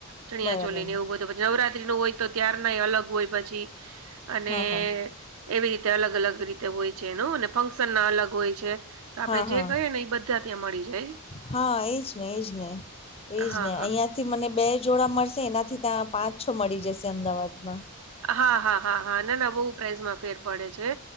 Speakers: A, on the right; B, on the left.
A: ચણિયા
B: બરાબર
A: ચોલી ને એવું બધું નવરાત્રી નું હોય તો ત્યાર નાય અલગ હોય પછી અને
B: હા હા
A: એવી રીતે અલગ અલગ રીતે હોય છે એનું અને ફંક્શન ના અલગ હોય તો આપણે
B: હા
A: જે
B: હા
A: કહી ને એ બધા ત્યાં મળી જાય
B: હા એજ ને એજ ને
A: હા
B: એજ ને
A: હા
B: અહિયાં થી મને બે જોડા મળશે એનાથી ત્યાં પાંચ છો મળી જશે અમદાવાદમાં
A: હા હા હા હા ના ના બહુ પ્રાઇઝમાં ફેર પડે છે